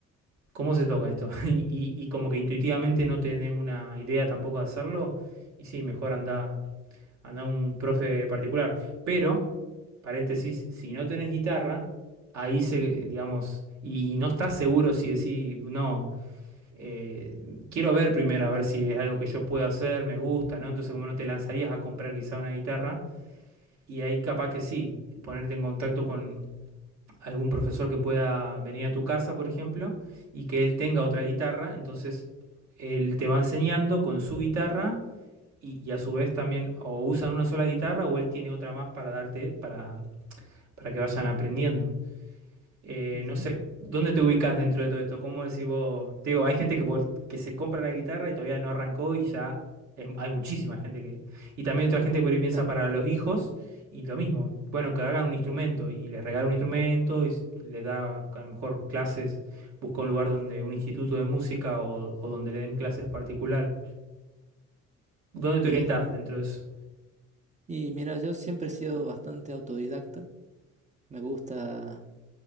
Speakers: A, on the right; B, on the right.
A: ¿cómo se toca esto? <laughs> Y, y- y como que intuitivamente no tenés una idea tampoco de hacerlo, y sí, mejor anda anda un profe particular. Pero, paréntesis, si no tenés guitarra, ahí se, digamos, y, y no estás seguro si decís, no, eh, quiero ver primero a ver si es algo que yo puedo hacer, me gusta, ¿no? Entonces, como no te lanzarías a comprar quizá una guitarra, y ahí capaz que sí, ponerte en contacto con algún profesor que pueda venir a tu casa, por ejemplo, y que él tenga otra guitarra, entonces él te va enseñando con su guitarra y, y a su vez también o usan una sola guitarra o él tiene otra más para darte, para, para que vayan aprendiendo. Eh,
B: Ujú.
A: no sé, ¿dónde te ubicas dentro de todo esto? ¿Cómo decís vos? Te digo, hay gente que, por- que se compra la guitarra y todavía no arrancó y ya es- hay muchísima gente que... Y también otra gente que por ahí piensa
B: <laughs>
A: para
B: Ah,
A: los hijos y lo mismo. Bueno, que hagan un instrumento y les regala un instrumento y s- les da a lo mejor clases, busca un lugar donde, un instituto de música o, o donde le den clases particulares. ¿Dónde
B: Bien.
A: te orientás dentro de eso?
B: Y mira, yo siempre he sido bastante autodidacta. Me gusta